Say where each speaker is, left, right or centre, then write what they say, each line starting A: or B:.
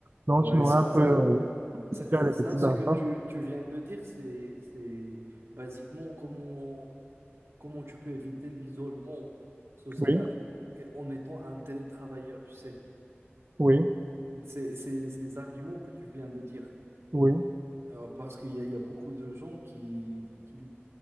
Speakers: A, on the right (about 45°); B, on the right (about 80°).
A: Donc,
B: Ouais,
A: tu n'auras
B: ça, ça,
A: pas, euh,
B: ça,
A: tu as les petits-enfants.
B: ça, ce que tu, tu viens de dire, c'est, c'est basiquement comment Comment tu peux éviter l'isolement social
A: Oui,
B: et- en étant un télétravailleur, tu sais?
A: oui,
B: C'est c'est- ces arguments que tu viens de dire.
A: oui,
B: Euh, parce qu'il y a, il y a beaucoup de gens qui, qui,